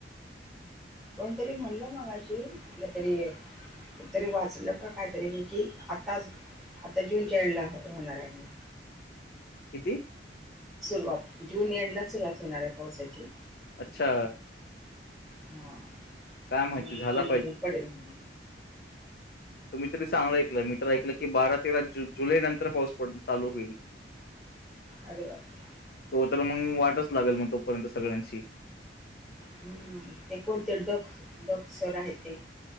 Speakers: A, in the centre; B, on the left (about 60°).
A: कोणतरी म्हणलं मगाशी कुठल्या तरी आहे तरी वाचलं का काहीतरी मी की आताच आता जून च्या एंडला होणार आहे म्हणे
B: दि
A: सुरुवात जून एंडला सुरुवात होणार आहे पावसाची
B: अच्छा
A: हा
B: काय माहिती
A: मग
B: झाला
A: कंटिन्यू पडेल म्ह
B: तु म्ही तरी सांगलं ऐकलं मी तर्र ऐकलं की बारा तेरा जून जुलै नंतर पाऊस पड चालू होईल
A: अरे बापरे
B: तो तर मग वा लागेल मग तोपर्यंत सगळ्यांशी
A: ह ते कोणते डख डखसर आहे ते